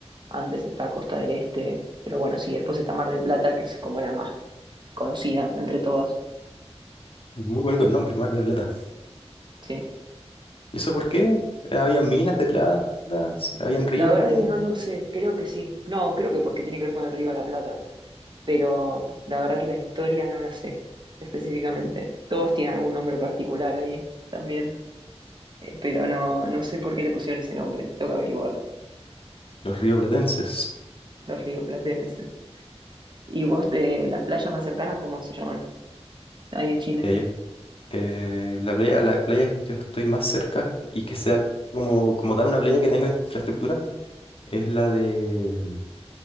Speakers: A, on the right; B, on the left.
A: antes está Costa del Este, pero bueno, sí, después está Mar del Plata, que es como la más conocida entre todas,
B: Es muy bonito el nombre, Mar del Plata.
A: sí.
B: ¿Y eso por qué? Eh, Había minas de plata, s- habían ríos,
A: La verdad
B: cómo
A: es que no lo sé, creo que sí. No, creo que porque tiene que ver con el Río de la Plata. pero la verdad que la historia no la sé específicamente. Todos tienen algún nombre particular ahí también, eh, pero no, no sé por qué le pusieron ese nombre, tengo que averiguar,
B: Los rioplatenses.
A: los rioplatenses. ¿Y vos, eh, las playas más cercanas, cómo se llaman? Ahí en Chile.
B: eh, yo- eh, la playa, la playa que yo estoy más cerca y que sea como, como tal una playa que tenga infraestructura es la de